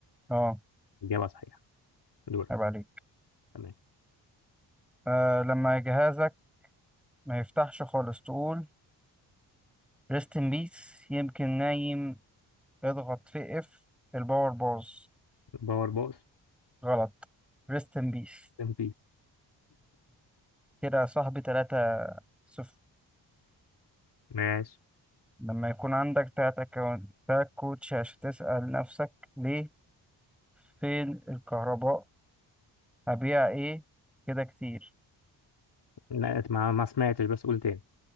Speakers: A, in the centre; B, on the left.
A: اه
B: إجابة صحيحة دورك
A: عيب عليك
B: تمام
A: آه لما جهازك ما يفتحش خالص تقول ريست ان بيس يمكن نايم اضغط في اف الباور باظ
B: باور بوس
A: غلط ريست ان بيس
B: ام بيس
A: كده يا صاحبي تلاتة صفر
B: ماشي
A: لما يكون عندك تلات أكونتات كوتش عشان تسأل نفسك ليه فين الكهرباء هبيع ايه كده كتير
B: لا ما, ما سمعتش بس قول تاني